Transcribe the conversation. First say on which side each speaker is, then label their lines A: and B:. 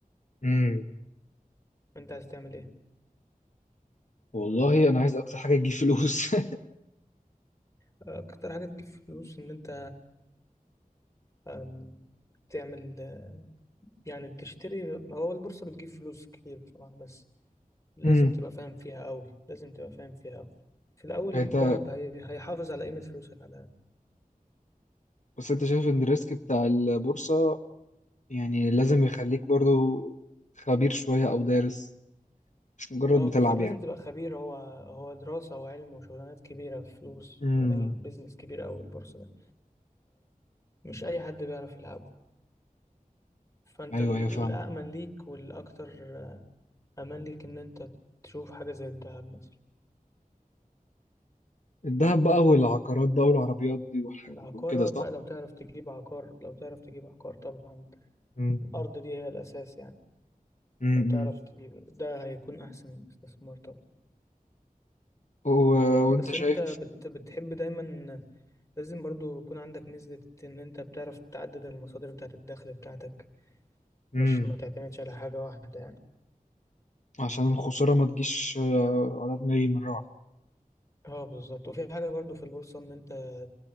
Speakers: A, on the left (about 55°); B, on the left (about 20°).
A: وكده
B: أنت عايز تعمل إيه
A: والله انا عايز اكتر حاجه تجيب فلوس
B: اكتر حاجه تجيب فلوس ان انت أم، تعمل يعني تشتري هو البورصه بتجيب فلوس كتير بصراحه بس
A: <laughs>
B: لازم
A: امم
B: تبقى فاهم فيها قوي لازم تبقى فاهم فيها قوي في الاول
A: انت
B: الذهب هي... هيحافظ على قيمه فلوسك على الأقل.
A: بس انت شايف ان الريسك بتاع البورصه يعني لازم يخليك برضو خبير شويه او دارس مش مجرد
B: اه
A: بتلعب
B: بالظبط لازم
A: يعني
B: تبقى خبير هو هو دراسه وعلم وشغلانات كبيره فلوس
A: امم
B: بملايين بيزنس كبير قوي البورصه ده فمش اي حد بيعرف يلعبه فانت
A: ايوه
B: ال-
A: ايوه فاهمك
B: الامن ليك والاكتر آه، امان ليك ان انت تشوف حاجه زي الذهب مثلا
A: الذهب بقى والعقارات بقى والعربيات دي والحاجات
B: العقارات
A: وكده صح
B: بقى لو تعرف تجيب عقار لو تعرف تجيب عقار طبعا
A: امم
B: الأرض دي هي الأساس يعني
A: امم
B: لو تعرف تجيب ده هيكون أحسن استثمار طبعا
A: و... وانت
B: بس
A: شايف
B: أنت بت بتحب دايما لازم برضو يكون عندك ميزة إن أنت بتعرف تعدد المصادر بتاعة الدخل بتاعتك
A: امم
B: مش ما تعتمدش على حاجة واحدة يعني
A: عشان الخساره ما تجيش آه، على دماغي من راحه
B: اه بالظبط وفي حاجة برضو في البورصة إن أنت